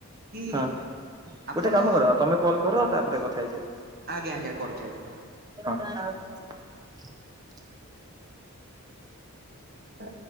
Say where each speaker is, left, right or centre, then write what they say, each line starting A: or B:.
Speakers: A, on the right (about 45°); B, on the right (about 15°).
A: କି
B: ହଁ ଗୋଟେ
A: ଆପଣ
B: କାମ କର ତମେ କଲ୍ କର ତାପରେ କଥା ହେଇଯିବା।
A: ଆଜ୍ଞା ଆଜ୍ଞା କରୁଚି ଆଜ୍ଞା ଭାଇ।
B: <inaudible>
A: ଆ